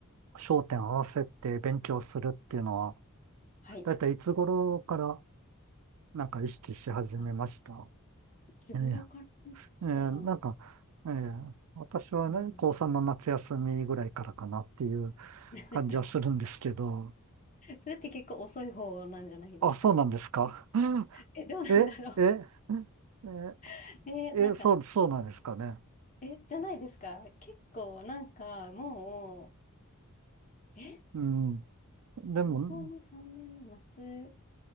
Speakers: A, on the right; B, on the left.
A: 焦点を合わせて勉強するっていうのは、
B: はい。
A: だいたいいつ頃からなんか意識し始めました
B: あ、いつ頃からだったかな。
A: えええーなんか、えー私はね、
B: うん
A: 高3の夏休みぐらいからかなっていう
B: <laughs>
A: 感じはするんですけど、
B: それって結構遅い方なんじゃないですか。
A: あ、そうなんですか。<laughs>
B: え、どうなんだろう。
A: え、え、え、
B: <laughs> え、
A: え、
B: なんか、
A: そう、そうなんですかね。
B: え、じゃないですか。結構なんかもう、え
A: うん。でも、
B: 高校の3年の夏